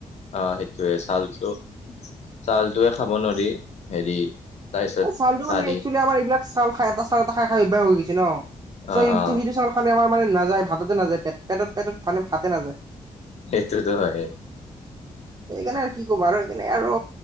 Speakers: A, on the left; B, on the right.
A: অ সেইটয়ে চউালটো ছউালটোৱে খাব নোৱাৰি হেৰি তাৰপিছত
B: এই চালটো মানে
A: পাৰি
B: একচুৱেলি আমাৰ এইবিলাক চাল খ এটা চাল এটা খাই খাই অভ্যাস হৈ গৈছে ন। চ'
A: অ
B: সেইটো
A: অ
B: সেইটো চাউল খাল আমাৰ মানে নাযায় ভাততে নাযায় পেট পেটত পেটত মানে ভাতে নাযায়।
A: ইেইটোটো হয়।
B: সেইকাৰণে আৰু কি কবা আৰু সেইকাৰণে আৰু